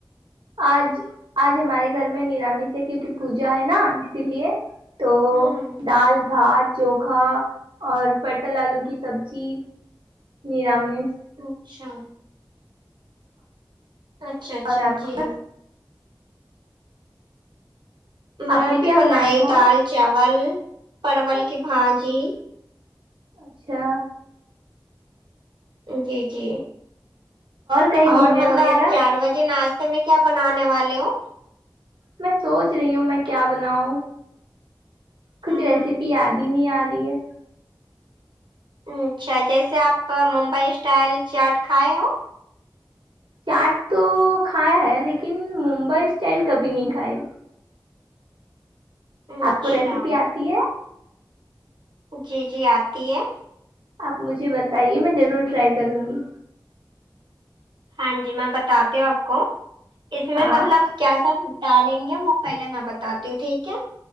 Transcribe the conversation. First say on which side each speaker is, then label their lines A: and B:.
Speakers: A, on the right (about 80°); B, on the right (about 70°).
A: آج آج ہمارے گھر میں نرامی سے ہے کیونکہ پوجا ہے نا اسی لیے تو
B: ہوں
A: دال بھات چوکھا اور پٹل آلو کی سبزی نرامس
B: اچھا اچھا اچھا
A: اور آپ
B: جی میں
A: آپ نے
B: بھی
A: کیا
B: بنائی
A: بنایا تھا
B: دال چاول پرول کی بھاجی
A: اچھا
B: جی جی
A: کہیں
B: اور
A: گھومنے
B: مطلب
A: وغیرہ
B: آپ چار بجے ناشتے میں کیا بنانے والے ہو
A: میں سوچ رہی ہوں میں کیا بناؤں کچھ
B: ہوں
A: ریسیپی یاد ہی نہیں آ رہی ہے
B: اچھا جیسے آپ ممبئی اسٹائل چاٹ کھائے ہو
A: چاٹ تو کھایا ہے لیکن ممبئی اسٹائل کبھی نہیں کھائی
B: اچھا
A: آپ کو ریسیپی آتی ہے
B: جی جی آتی ہے
A: آپ مجھے بتائیے میں ضرور ٹرائی کروں گی
B: ہاں جی میں بتاتی ہوں آپ کو اس میں
A: ہاں
B: مطلب کیا سب ڈالیں گے وہ پہلے میں بتاتی ہوں ٹھیک ہے